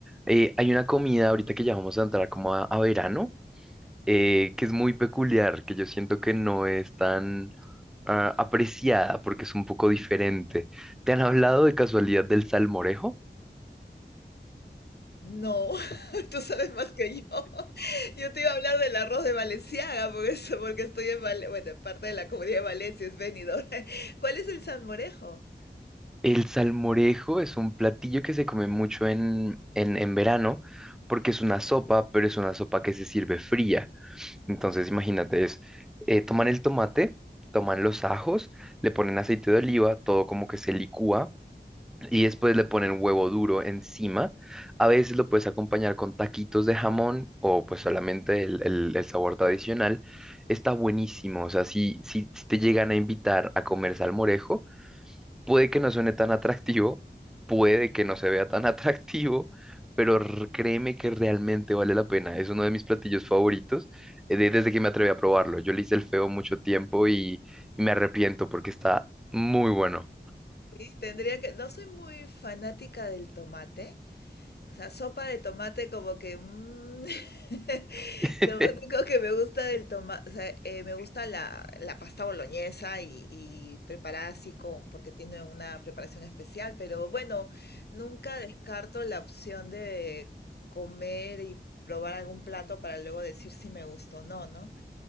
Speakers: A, in the centre; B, on the left.
A: eh, hay una comida ahorita que ya vamos a entrar como a, a verano, eh, que es muy peculiar, que yo siento que no es tan ah, apreciada porque es un poco diferente. ¿Te han hablado de casualidad del salmorejo?
B: No, <laughs> tú sabes más que yo. <laughs> Yo te iba a hablar del arroz de Valenciaga, porque, eso- porque estoy en Valencia, bueno, en parte de la comunidad de Valencia, es Benidorm. <laughs> ¿Cuál es el salmorejo?
A: El salmorejo es un platillo que se come mucho en, en, en verano porque es una sopa, pero es una sopa que se sirve fría. Entonces, imagínate, es eh, toman el tomate, toman los ajos, le ponen aceite de oliva, todo como que se licúa y después le ponen huevo duro encima. A veces lo puedes acompañar con taquitos de jamón o pues solamente el, el- el sabor tradicional. Está buenísimo, o sea, si, si, si te llegan a invitar a comer salmorejo, puede que no suene tan atractivo, puede que no se vea tan <laughs> atractivo, pero r- créeme que realmente vale la pena. Es uno de mis platillos favoritos eh, de- desde que me atreví a probarlo. Yo le hice el feo mucho tiempo y y me arrepiento porque está muy bueno.
B: Sí, tendría que, no soy muy fanática del tomate, o sea, sopa de tomate como que... mm, <laughs>
A: <laughs>
B: Lo único que me gusta del tomate o sea, eh, me gusta la, la pasta boloñesa y, y preparada así con, porque tiene una preparación especial, pero bueno, nunca descarto la opción de comer y probar algún plato para luego decir si me gustó o no, ¿no?